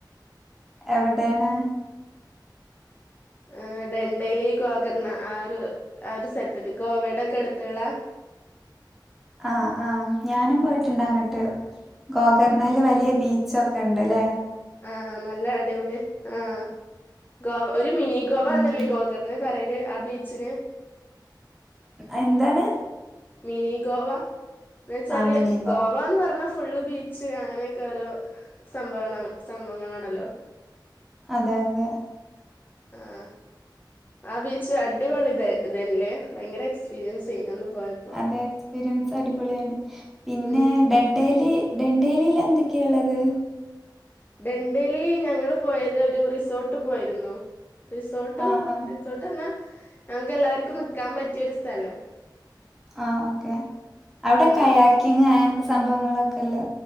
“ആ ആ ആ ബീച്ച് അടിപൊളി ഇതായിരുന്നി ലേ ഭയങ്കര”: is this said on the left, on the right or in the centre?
Left